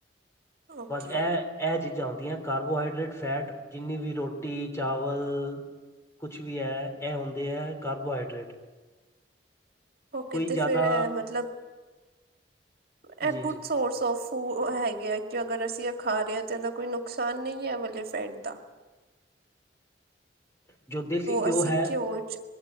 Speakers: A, on the right (about 60°); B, on the left (about 15°).
A: ਓਕੇ
B: ਪਰ ਇਹ ਇਹ ਚੀਜ਼ਾਂ ਆਉਂਦੀਆਂ ਕਾਰਬੋਹਾਈਡਰੇਟ, ਫੈਟ ਜਿੰਨੀ ਵੀ ਰੋਟੀ, ਚਾਵਲ ਕੁਛ ਵੀ ਹੈ। ਇਹ ਹੁੰਦੇ ਹੈ। ਕਾਰਬੋਹਾਈਡਰੇਟ।
A: ਹੋ ਕਿਤੇ
B: ਕੋਈ ਜ਼ਿਆਦਾ
A: ਫੇਰ ਮਤਲਬ ਐਹ
B: ਜੀ
A: ਗੁੱਡ
B: ਜੀ
A: ਸੋਰਸ ਔਫ ਹੈਗੇ ਆ ਕਿ ਅਗਰ ਅਸੀਂ ਖਾ ਰਹੇ ਹਾਂ ਤਾਂ ਇਹਦਾ ਕੋਈ ਨੁਕਸਾਨ ਨਹੀਂ ਹੈ ਵਾਲੇ ਫੈਟ ਦਾ
B: ਜੋ ਦੇਸੀ ਘਉ
A: ਅਸੀਂ
B: ਹੈ,
A: ਘਿਓ ਚ